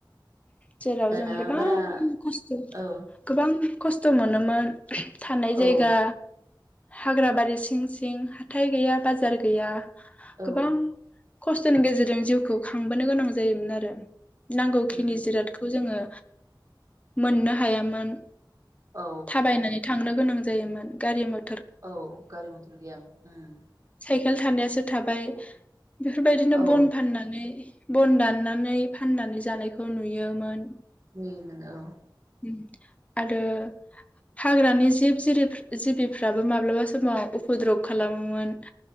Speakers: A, on the left; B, on the right.
A: जेराव
B: दाना
A: जों गोबां
B: बारा
A: खस्थ'
B: औ
A: गोबां खसथ मोनो मोन थानाय
B: औ
A: जायगा हाग्रा बारि सिं सिं हाथाय गैया बाजार गैया
B: औ
A: गोबां खस्थ'नि गेजेरजों जिउखौ खांबोनो गोनां जायोमोन आरो जिखिनि
B: उम
A: जिरादखौ जोङो मोननो हायामोन।
B: औ
A: थाबायनानै थांनो गोनां जायोमोन गारि म
B: औ गारि मथर गैयामोन।
A: साइकेल थानायासो थाबाय बेफोरबायदिनो
B: औ
A: बन फाननानै बन दाननानै फाननानै जानाय खौ नुयोमोन
B: नुयोमोन औ।
A: उम आरो हाग्रानि जिब जिरि जिबिफ्राबो माब्लाबा समाव उपद्रब खालामोमोन